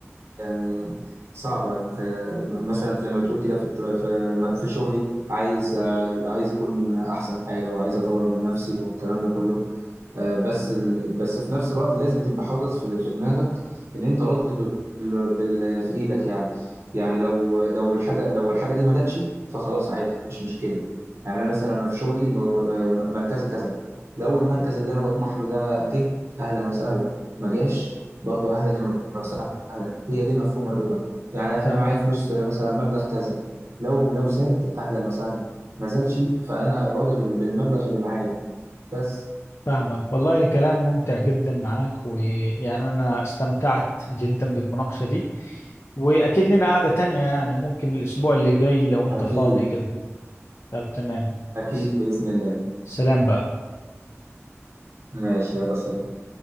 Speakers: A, on the right; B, on the left.
A: يعني صعبة انت مثلا لما تقول كده في اكتب- في في شغلي عايز عايز اكون احسن حاجة وعايز اطور من نفسي والكلام ده كله آه، بس ال... بس في نفس الوقت لازم تبقى حاطط في في دماغك ان انت راضي بال... بال... في ايدك يعني يعني لو لو الحاجه لو الحاجه دي ما جاتش فخلاص عادي مش مشكله يعني انا مثلا انا في شغلي م... آه، مركزي كذا لو المركز اللي انا بطمح له ده جه اهلا وسهلا ما جاش برضو اهلا وسهلا هي دي مفهوم الرضا يعني
B: تمام
A: انا معايا فلوس آه، مثلا مبلغ كذا لو لو زاد اهلا وسهلا ما زادش فانا راضي بال... بالمبلغ اللي معايا بس
B: فاهمك والله الكلام ممتع جدا معاك ويعني انا استمتعت جدا بالمناقشة دي واكيد لنا قعدة تانية يعني ممكن الاسبوع اللي جاي لو انت
A: اكيد
B: فاضي كده طب تمام
A: أكيد
B: س-
A: بإذن الله
B: سلام بقى
A: ماشي يلا سلام